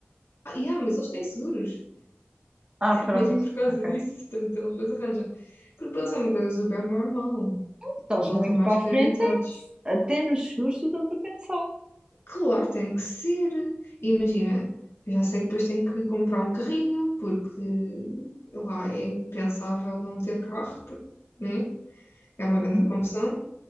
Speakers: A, on the left (about 80°); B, on the right (about 25°).
A: ah, yeah, mas eles têm seguros,
B: Ah,
A: <laughs>
B: pronto,
A: mesmo por causa
B: ok.
A: disso, portanto eles depois arranjam. Porque para eles é uma coisa super normal.
B: Estás
A: eles
B: muito
A: já estão mais
B: para
A: que
B: a frente,
A: habituados.
B: é que até nos seguros tu estás a pensar.
A: Claro, tem que ser. Imagina, eu já sei que depois tenho que comprar um carrinho, porque lá é impensável não ter carro, porque, né? É uma grande
B: Uhum,
A: confusão.